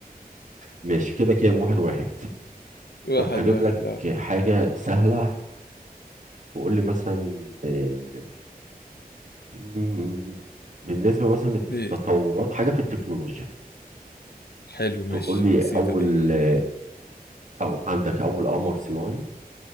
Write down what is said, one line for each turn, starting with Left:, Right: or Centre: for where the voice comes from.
Right: ماشي كده كام واحد واحد
Left: واحد
Right: طب هجيب
Left: واحد
Right: لك
Left: اه
Right: حاجة سهلة تقول لي مثلا آه، مم، بالنسبة مثلا
Left: دي
Right: للتطورات حاجة في التكنولوجيا
Left: حلو ماشي
Right: تقول لي
Left: بسيطة
Right: أول
Left: دي
Right: آه، أو عندك أول قمر صناعي